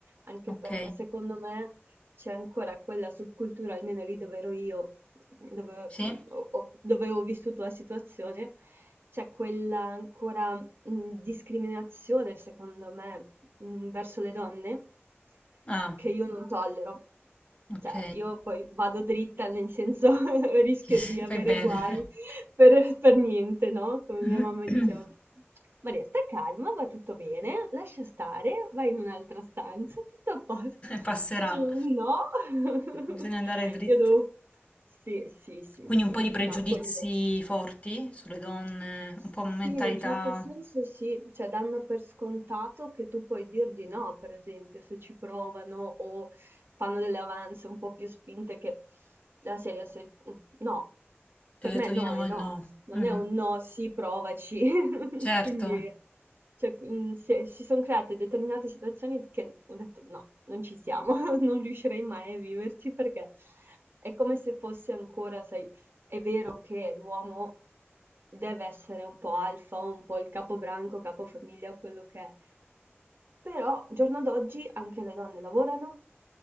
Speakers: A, on the right; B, on the left.
A: anche
B: ok.
A: perché secondo me c'è ancora quella subcultura, almeno lì dove ero io, dove
B: Sì?
A: ho, ho- dove ho vissuto la situazione, c'è quella ancora mh, discriminazione, secondo me, mhmm, verso le donne
B: Ah,
A: che io non tollero.
B: ok.
A: Cioè, io poi vado dritta, nel senso <laughs> rischio
B: <laughs>
A: di avere
B: Fai bene.
A: guai per per niente, no, come
B: <coughs>
A: mia mamma diceva: "Maria, stai calma, va tutto bene, lascia stare, vai in un'altra stanza, tutto a posto".
B: Passerà.
A: <laughs> Dicevo: "No". <laughs>
B: Bisogna andare dritti.
A: Io devo sì, sì, sì,
B: Quindi
A: sì.
B: un po' di pregiudizi
A: No, quello
B: forti sulle donne,
A: sì,
B: un po' mentalità,
A: in un certo senso sì, cioè danno per scontato che tu puoi dir di no, per esempio, se ci provano o fanno delle avanze un po' più spinte che la serie se... no,
B: ti
A: per
B: ho detto
A: me no
B: di no
A: è
B: e
A: no,
B: no.
A: non
B: Mhm.
A: è un no, sì, provaci. <laughs>
B: Certo,
A: Quindi cioè, mm, se- si sono create determinate situazioni che ho detto no, non ci siamo, <laughs> non riuscirei mai a viverci perché è come se fosse ancora, sai, è vero che l'uomo deve essere un po' alfa, un po' il capobranco, capofamiglia o quello che è, però giorno d'oggi anche le donne lavorano,